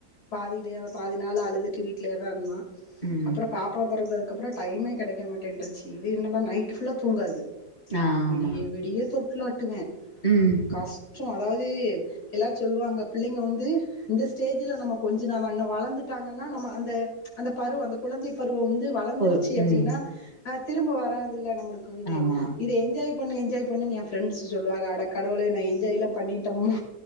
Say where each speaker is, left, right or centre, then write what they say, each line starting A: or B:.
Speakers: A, on the left; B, on the left.
A: பாதியிலே பாதி அதனால அழுதுட்டே வீட்டிலேயே தான் இருந்தான்
B: ம்
A: அப்புறம் பாப்பா பொறந்தது அதுக்கப்புறம் டைமே கிடைக்கமட்டேன்ருச்சு இது என்னடா நைட் ஃபுல்லா தூங்காது
B: ஆ
A: விடிய
B: ஆமா
A: விடிய தொ பளோட்டுவேன்
B: ம்
A: கஷ்டம் அதாவது இது எல்லாம் சொல்லுவாங்க பிள்ளைங்க வந்து இந்த ஸ்டேஜ்ல நம்ம கொஞ்ச ந வளர்ந்துட்டாங்கன்னா நம்ம அந்த அந்த பருவ அந்த குழந்தை பருவ இப்ப வந்து வளந்துருச்சு
B: போ
A: அப்டின்னா
B: ம்
A: ஆ திரும்ப வராது இல்ல நம்மளுக்கு வந்து
B: ஆமா
A: இத என்ஜாய் என் பண்ணு என்ஜாய் பண்ணினு எஃப்ரண்ஸ் சொல்லுவாங்க அட கடவுளே நா ஏ என்ஜாயல்லா பண்ணிட்டோமான